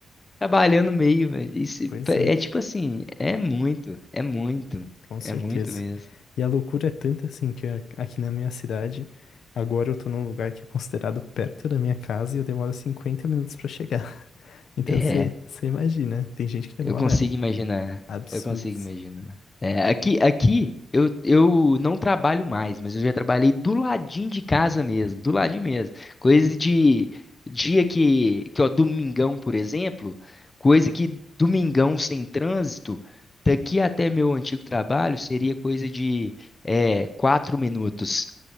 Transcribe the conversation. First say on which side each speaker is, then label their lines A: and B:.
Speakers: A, on the left (about 20°); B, on the left (about 65°).
A: trabalhando meio, velho. Isso
B: Pois
A: é
B: é,
A: tipo assim, é muito, é muito,
B: com
A: é
B: certeza.
A: muito mesmo.
B: E a loucura é tanta assim que a- aqui na minha cidade, agora eu tô num lugar que é considerado perto da minha casa e eu demoro 50 minutos pra chegar. <laughs> Então
A: É.
B: você você imagina, tem gente que demora
A: Eu consigo imaginar.
B: absurdos.
A: Eu consigo imaginar. É, aqui, aqui eu, eu não trabalho mais, mas eu já trabalhei do ladinho de casa mesmo, do ladinho mesmo. Coisa de dia que, que ó, domingão, por exemplo, coisa que domingão sem trânsito, daqui até meu antigo trabalho seria coisa de é, quatro minutos.